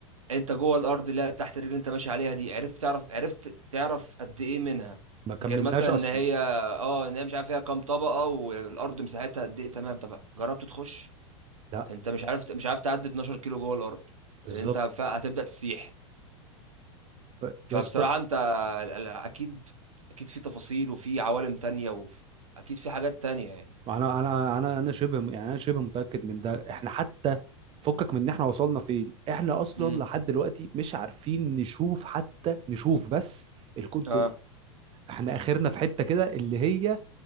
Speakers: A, on the right (about 85°); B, on the right (about 35°).
A: انت جوه الأرض اللي هي تحت الرجل انت ماشي عليها دي عرفت تعرف عرفت تعرف قد إيه منها
B: ما كملناش
A: غير مثلا
B: اصلا
A: ان هي اه ان هي مش عارف فيها كام طبقة والأرض مساحتها قد إيه تمام طب جربت تخش
B: لا
A: انت مش عارف مش عارف تعدي 12 كيلو جوه الارض
B: بالظبط
A: لان انت ف- هتبدا تسيح
B: ف- يا
A: فبصراحه
B: اسطى
A: انت ال- ال- اكيد اكيد في تفاصيل وفي عوالم تانية واكيد في حاجات تانية يعني
B: انا انا انا انا شبه يعني انا شبه متاكد من ده احنا حتى فكك من ان احنا وصلنا فين احنا اصلا
A: امم
B: لحد دلوقتي مش عارفين نشوف حتى نشوف بس الكون كله
A: اه
B: احنا اخرنا في حته كده اللي هي